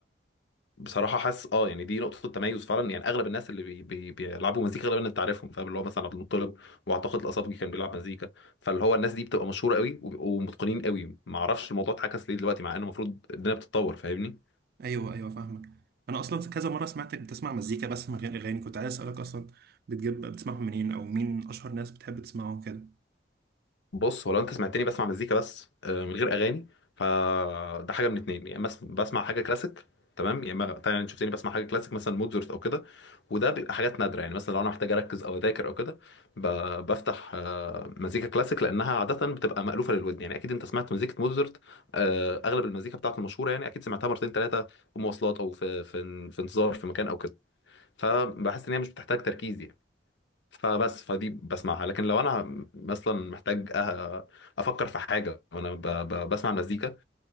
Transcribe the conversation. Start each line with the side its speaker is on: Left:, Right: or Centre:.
Left: بصراحه حاسس اه يعني دي نقطه تميز فعلا يعني اغلب الناس اللي بي بي بيلعبوا مزيكا غالبا انت عارفهم فاهم اللي هو مثلا عبد المطلب واعتقد الاصابجي كان بيلعب مزيكا فاللي هو الناس دي بتبقى مشهوره قوي وبيبقوا متقنين قوي ما اعرفش الموضوع اتعكس ليه دلوقتي مع انه المفروض الدنيا بتتطور فاهمني
Right: ايوه ايوه فاهمك انا اصلا كذا مره سمعتك بتسمع مزيكا بس من غير اغاني كنت عايز اسالك اصلا بتجيب بتسمعهم منين او مين اشهر ناس بتحب تسمعهم كده
Left: بص هو لو انت سمعتني بسمع مزيكا بس آه، من غير اغاني فده حاجه من اتنين يا اما بس- بسمع حاجه كلاسيك تمام يا اما طبعا انت شفتني بسمع حاجه كلاسيك مثلا موزارت او كده وده بيبقى حاجات نادره يعني مثلا لو انا محتاج اركز او اذاكر او كده ب- بفتح آه، مزيكا كلاسيك لانها عاده بتبقى مالوفه للودن يعني اكيد انت سمعت مزيكه موزارت آه، اغلب المزيكا بتاعته المشهوره يعني اكيد سمعتها مرتين ثلاثه في مواصلات او في في في انتظار في مكان او كده فبحس ان هي مش بتحتاج تركيز يعني فبس فدي بسمعها لكن لو انا مثلا محتاج أه- افكر في حاجه وانا ب- ب- بسمع مزيكا